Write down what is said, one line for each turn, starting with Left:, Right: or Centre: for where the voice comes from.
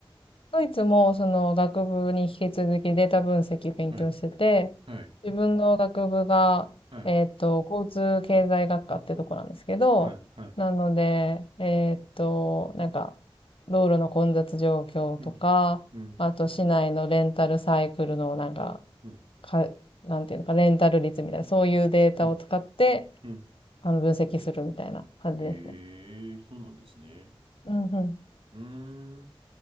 Left: ドイツもその学部に引き続きデータ分析勉強してて、
Right: かはい。はい。
Left: 自分の学部が、
Right: はい。
Left: えっと、交通経済学科ってとこなんですけど、
Right: はい。はい。
Left: なので、えっと、なんか、道路の混雑状況とか、
Right: うん。うん。
Left: あと市内のレンタルサイクルのなんか、
Right: うん。
Left: か、なんていうのか、レンタル率みたいな、そういうデータを使って、
Right: うん。うん
Left: あの、分析するみたいな感じですね。
Right: ええ、そうなんですね。
Left: うんうん。
Right: うーん。